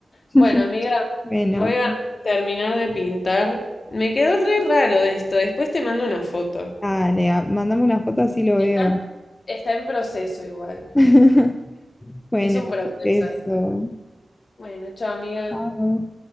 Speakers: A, on the left (about 25°); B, on the left (about 60°).
A: <laughs>
B: Bueno, amiga,
A: Bueno,
B: voy a terminar de pintar. Me quedó re raro de esto. Después te mando una foto.
A: dale, a- mandame una foto así lo
B: Está
A: veo.
B: en, está en proceso igual.
A: <laughs> Bueno,
B: Es un proceso
A: beso.
B: esto. Bueno, chao, amiga.
A: Chao.